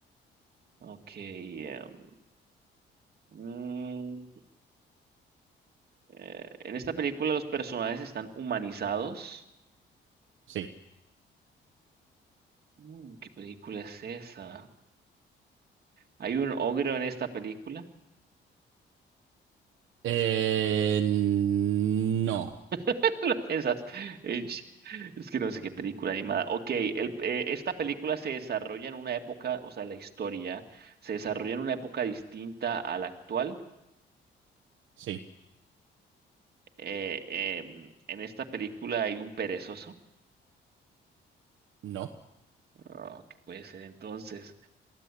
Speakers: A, on the right; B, on the right.
A: Ok. em, mm, eh, en esta película los personajes están humanizados.
B: Sí.
A: Mm, ¿qué película es esa? ¿Hay un ogro en esta película?
B: Eh, no.
A: <laughs> ¿Lo piensas? Eh, Es que no sé qué película animada. Ok, el- eh, esta película se desarrolla en una época, o sea, la historia se desarrolla en una época distinta a la actual.
B: Sí.
A: Eh, em, en esta película hay un perezoso.
B: No.
A: Ah, ¿qué puede ser entonces?